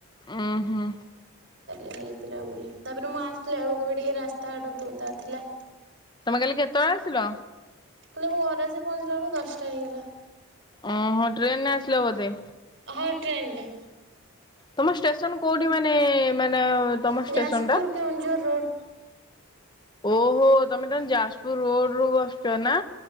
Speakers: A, on the left (about 20°); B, on the right (about 55°).
A: ଉଁ, ହୁଁ।
B: କାଲି ହେଇଥିଲା ବୋଲି। ତାପରେ ମୁଁ ଆସିଲା ଅଳକୁ ବି ଟିକେ ରାସ୍ତାଘାଟ ବି ଓଦା ଥିଲା।
A: ତମେ କାଲି କେତେଏଳେ ଆସିଲ?
B: ହେଲେ, ମୁଁ ଘରେ ଆଜି ପହଞ୍ଚିଲା, ବେଳକୁ ଦଶଟା ହେଇଗଲା।
A: ଅ ହଁ ଟ୍ରେନ ନେ ଆସିଲ ବଧେ?
B: ହଁ, ଟ୍ରେନ ଲେ।
A: ତମ ଷ୍ଟେସନ କୋଉଠି? ମାନେ! ମାନେ! ତମ
B: ଯାଜପୁର
A: ଷ୍ଟେସନ ଟା?
B: କେଉଁଝର ରୋଡ
A: ଓହୋ! ତମେ ତାନେ ଯାଜପୁର ରୋଡରୁୁ ବସୁଛ ନା?